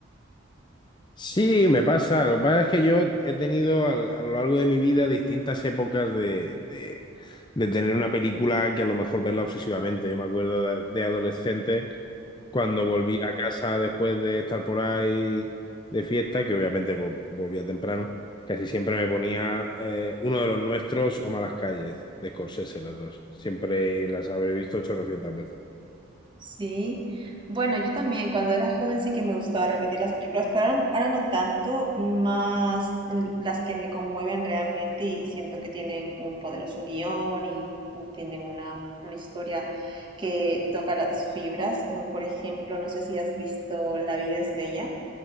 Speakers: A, on the left; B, on the right.
A: Sí, me pasa. Lo que pasa es que yo he tenido al- a, lo largo de mi vida distintas épocas de, de- de tener una película que a lo mejor verla obsesivamente. Yo me acuerdo de, de adolescente, cuando volví a casa después de estar por ahí de fiesta, que obviamente pues, volvía temprano, casi siempre me ponía eh, uno de los nuestros o Malas Calles, de Scorsese, las dos. Siempre las habré visto 800 veces.
B: Sí, bueno, yo también cuando era joven sí que me gustaba repetir las películas, pero ahora, ahora no tanto, más mm, las que me conmueven realmente y siento que tienen un poderoso guión y y tienen una, una historia que toca las fibras, como por ejemplo, no sé si has visto La vida es bella,